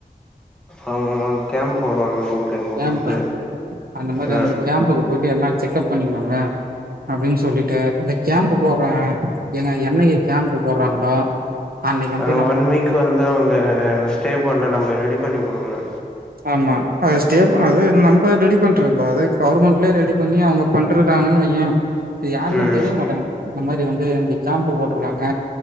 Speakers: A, in the centre; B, on the right.
A: ஆமாமா கேம்ப் போடுவாங்க ஊர்ல ஊர்
B: கேம்பு
A: வந்து
B: அந்த மாரி
A: ஆ
B: அந்த கேம்புக்கு போயிட்டு எல்லா செக்கப் பண்ணிக்குவாங்க அப்டின் சொல்ட்டு அந்த கேம்பு போட்ற ஏங்க என்னைக்கு கேம்பு போட்றாங்களோ அன்னைக்கு வந்
A: ஆ ஒன் வீக் வந்து அங்க ஸ்டே பண்ணி நம்ப ரெடி பண்ணி குடுக் க்கனு
B: ஆமா அது ஸ்டேப் அது நம்ப ரெடி பண் ட்ற கூடாது கவுர்மண்ட்லே ரெடி பண்ணி அவ்ங்க பண்றடாங்கன் வையே இது யாருக்கு
A: ம்
B: தெரிய மாட்டேங்குது இந்த மாரி வந்து அங்கே கேம்பு போட்ருக்காங்க